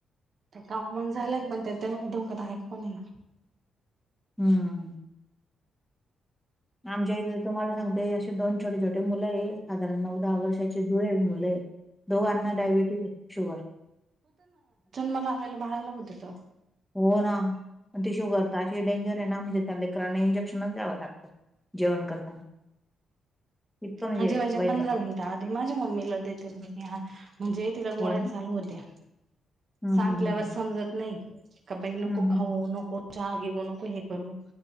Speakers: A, on the right; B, in the centre.
A: काउमन झालंय पण त्यामुळे धोकादायक पण आहे ना
B: हम्म आमच्या इथे तुम्हाला सांगतेय असे दोन छोटे छोटे मुलं आहे साधारण नवऊ दहा वर्षाचे धुळे मुलं आहे दो अन्ना डायबिटीज शुगर
A: मला आला बाळाला होतेत
B: हो नाण ती शुगर तर अशी डेंजर आहे ना म्हणजे त्या लेकरांना इंजेक्शनच घ्यावं लातर जेवण करताना इतकं म्हणजे
A: हा जेवायच्या
B: वाईट
A: पंधरा
B: वाटतं
A: मिनिटं आध माझ्या मम्मीला देते म्हणजे तिला गोळ्यात
B: हो ना
A: चालू होत्या
B: हम्म
A: सांगल्यावर
B: हम्म
A: समजत नाही का बाई
B: हम्म
A: नको खाऊ नको चहा घेऊ नको हे करू